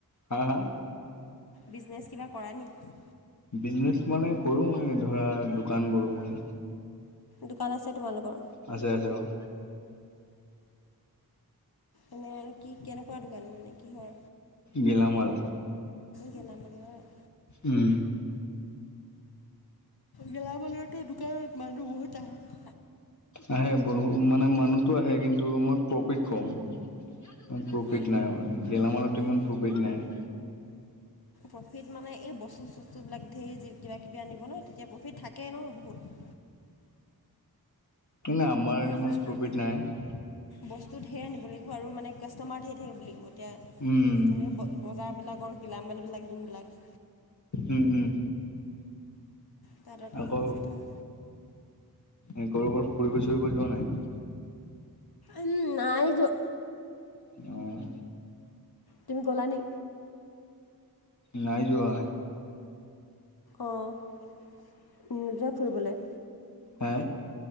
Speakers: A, on the left; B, on the left.
A: হা হা?
B: বিজনেছ কিবা কৰা নেকি?
A: বিজনেচ মানে কৰো মই ধৰা দোকান কৰোঁ মানে।
B: দোকান আছে তোমালোকৰ।
A: আছে আছে অ'।
B: এনে আৰু কি কেনেকুৱা দোকান মানে কিহৰ?
A: গেলামাল
B: গেলামালৰ?
A: উম
B: গেলামালৰতো দোকানত মানুহ বহুত আহে।
A: আহে বু মানে মানুহটো আহে কিন্তু মোৰ প্ৰফিট কম। ইমান প্ৰফিট
B: হুম
A: নাই মানে গেলামালটোত
B: উম
A: ইমান প্ৰফিট নাই।
B: প্ৰফিট মানে এই বস্তু চস্তু বিলাক ধেৰ কিবা কিবি আনিব ন তেতিয়া প্ৰফিট থাক কে ন বহুত।
A: মানে আমাৰ ইমান
B: বস্তু
A: প্ৰফিট নাই।
B: বস্তু ধেৰ আনিব লাগিব আৰু মানে কাষ্টমাৰ ধেৰ থাকিব লাগিব এতিয়া এনেকে
A: উম
B: ব বজাৰবিলাকৰ গলামালবিলাক যোনবিলাক।
A: উম উম,
B: তাহাঁতৰ তাত
A: আকৌ
B: প্ৰফিট হয়
A: এ কৰবাৰ ফুৰিব চুৰিব যোৱা নাই?
B: উম নাই যোৱা।
A: অ'।
B: তুমি গ'লা নি?
A: নাই যোৱা।
B: অ' নোযোৱা ফুৰিবলৈ?
A: হা?